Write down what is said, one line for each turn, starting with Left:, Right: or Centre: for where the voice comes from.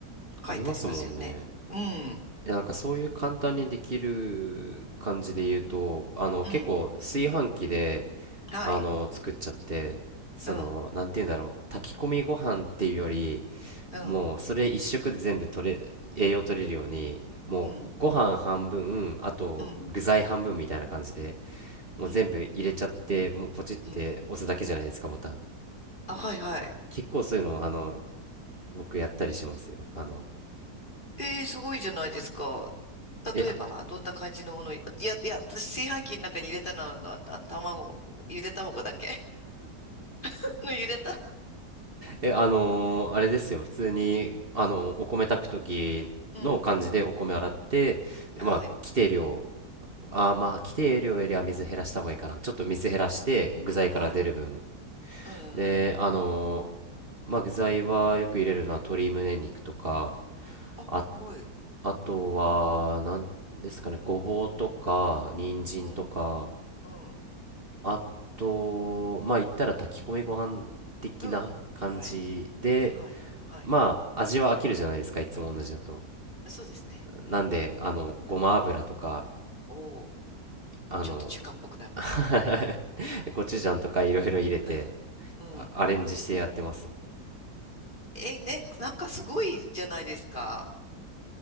Right: あありますもんね
Left: 書いてありますよね。うん、
Right: えなんかそういう簡単にできる感じで言うとあの結構炊飯器で
Left: うん、はい、
Right: あの作っちゃってそのなんて言うんだろう炊き込みご飯っていうより
Left: うん、うん、
Right: もうそれ一食で全部取れ、栄養取れるように、もうご飯半分、
Left: うん、
Right: あと具材半分みたいな感じで、
Left: うん、
Right: もう全部入れちゃって、
Left: うん、
Right: もうポチって押すだけじゃないですか、
Left: うん。
Right: ボタン。
Left: あ、はいはい。
Right: 結構そういうの、あの、僕やったりしますよ。あの、
Left: えー、すごいじゃないですか。
Right: え、
Left: 例えば、
Right: あ
Left: どんな感じのもの、いや、いや、私、炊飯器の中に入れたのは、た卵、ゆで卵だけ <laughs> のゆでた。
Right: え、あのーあれですよ。普通に、あの、お米炊く時の感じでお米洗って、
Left: うん、
Right: で、
Left: はい、
Right: まあ、規定量、あーまあ、規定量よりは水減らした方がいいかな。ちょっと水減らして、具材から出る分。
Left: はい、うん、
Right: で、
Left: うん。
Right: あのまあ具材はよく入れるのは鶏胸肉とか、
Left: あ、
Right: あ、
Left: はい、
Right: あとは、なんですかね、ごぼうとか、人参とか、
Left: うん、うん、
Right: あと、まあ言ったら炊き込みご飯的な感じで、
Left: うん、はい、はい。はい
Right: まあ味は飽きるじゃないですか、いつも同じだと。
Left: そうですね。
Right: なんで、あの、ごま油とか、
Left: うん。おお、
Right: あの
Left: ちょっと中華っぽくなるね。
Right: <laughs>、コチュジャンとかいろいろ入れて、
Left: うん。うん。
Right: あアレンジしてやってます。
Left: え、ね、なんかすごいじゃないですか。